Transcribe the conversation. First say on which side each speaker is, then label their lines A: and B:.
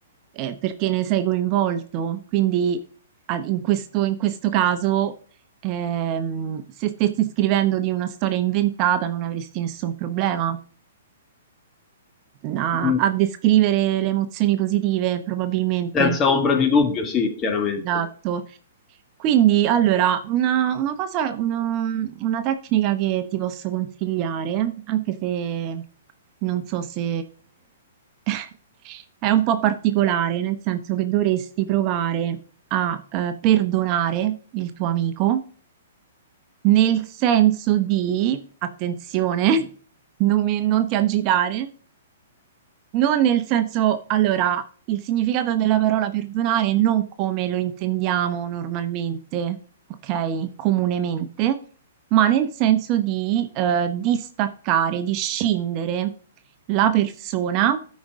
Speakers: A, on the right; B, on the left.
A: eh, perché ne sei coinvolto. Quindi a- in questo, in questo caso, ehm, se stessi scrivendo di una storia inventata, non avresti nessun problema a,
B: Mm.
A: a descrivere le emozioni positive, probabilmente.
B: Senza ombra di dubbio, sì, chiaramente.
A: Esatto. Quindi, allora, una, una cosa, una, una tecnica che ti posso consigliare, anche se non so se <laughs> è un po' particolare, nel senso che dovresti provare a eh, perdonare il tuo amico, nel senso di, attenzione, <laughs> non mi- non ti agitare. Non nel senso, allora, il significato della parola perdonare è non come lo intendiamo normalmente, ok? Comunemente, ma nel senso di eh, distaccare, di scindere la persona